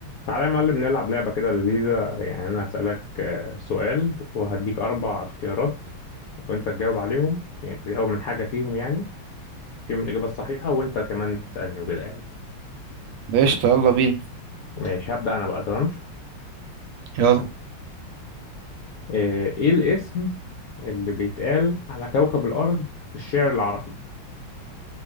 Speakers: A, on the left; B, on the right.
A: تعالى يا معلم نلعب لعبة كده لذيذة يعني أنا هسألك آه، سؤال وهديك أربع اختيارات وأنت تجاوب عليهم يعني تجاوب من حاجة فيهم يعني فيهم الإجابة الصحيحة وأنت كمان تسألني وكده يعني
B: قشطة يلا بينا
A: ماشي هبدأ أنا بقى تمام
B: يلا
A: آه، إيه الاسم اللي بيتقال على كوكب الأرض في الشعر العربي